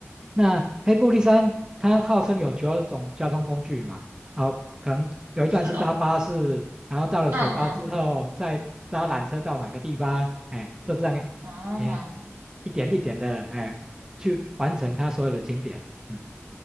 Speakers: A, on the right; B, on the right.
A: 那黑部立山它号称有九种交通工具嘛，哦，可能有一段是搭巴士，
B: 是哦，
A: 然后到了水坝之后再搭缆车到哪个地方，
B: 嗯嗯，
A: 哎，就这样，哎，
B: 哦，
A: 一点一点的，哎，去完成它所有的景点。嗯，